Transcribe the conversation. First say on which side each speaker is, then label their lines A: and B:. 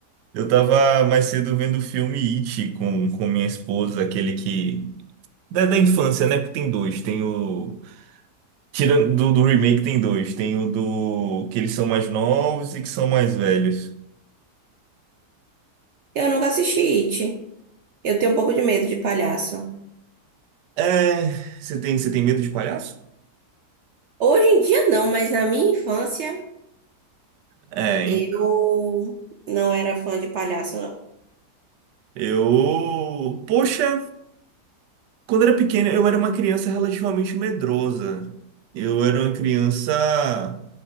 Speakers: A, on the right; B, on the right.
A: Eu tava mais cedo vendo o filme It com, com minha esposa, aquele que... Da, da infância, né? Porque tem dois. Tem o... Tirando do, do remake, tem dois. Tem o do... Que eles são mais novos e que são mais velhos.
B: Eu nunca assisti It. Eu tenho um pouco de medo de palhaço.
A: É... Você tem, você tem medo de palhaço?
B: Hoje em dia não, mas na minha infância
A: É, hein?
B: eu não era fã de palhaço, não.
A: Eu... Poxa... Quando eu era pequeno, eu era uma criança relativamente medrosa. Eu era uma criança.